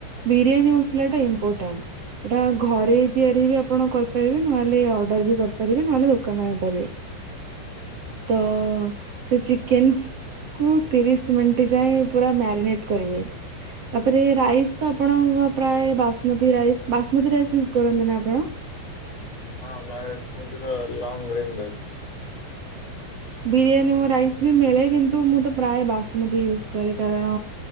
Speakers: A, on the right; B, on the left.
A: ବିରିୟାନୀ ମସଲା ଟା ଇମ୍ପୋର୍ଟାଣ୍ଟ, ଏଟା ଘରେ ତିଆରି ବି ଆପଣ କରିପାରିବେ, ନହେଲେ ଅର୍ଡ଼ର ବି କରିପାରିବେ ନହେଲେ ଦୋକାନରୁ ବି ଆଣିପାରିବେ। ତ ସେ ଚିକେନ କୁ ତିରିଶ ମିନିଟ ଯାଏ ପୁରା ମ୍ୟାରିନେଟ କରିବେ ତାପରେ ରାଇସ୍ ତ ଆପଣଙ୍କ ପ୍ରାୟ basmati rice basmati rice use କରନ୍ତି ନା ଆପଣ?
B: ହଁ ବାୟେଶ ମତିର ଲଙ୍ଗରେନ ରାଇସ୍।
A: ବିରିୟାନୀ ମୋ ରାଇସ ବି ମିଳେ କିନ୍ତୁ ମୁଁ ତ ପ୍ରାୟ ବାସମତୀ ୟୁଜ୍ କରେ କାରଣ